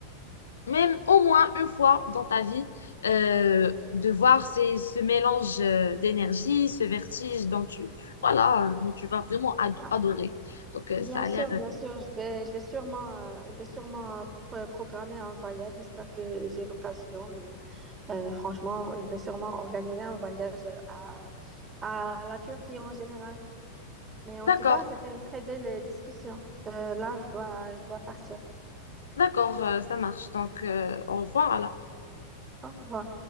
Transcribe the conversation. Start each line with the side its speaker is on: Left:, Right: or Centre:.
Left: même au moins une fois dans ta vie, euh, de voir ces, ce mélange euh, d'énergie, ce vertige dont tu, voilà, euh, dont tu vas vraiment ad-
Right: Bah,
Left: adorer. Donc, euh,
Right: Bien
Left: ça a
Right: sûr,
Left: l'air...
Right: bien
Left: euh,
Right: sûr, je vais, je vais sûrement, euh, je vais sûrement euh, pro- programmer un voyage. J'espère que j'ai l'occasion, mais euh, franchement, je vais sûrement organiser un voyage euh, à, à la Turquie en général. Mais en
Left: D'accord,
Right: tout cas, c'était une très belle euh, discussion. Euh, là, je dois, je dois partir.
Left: d'accord, euh, ça marche. Donc, euh, au revoir alors.
Right: Au revoir.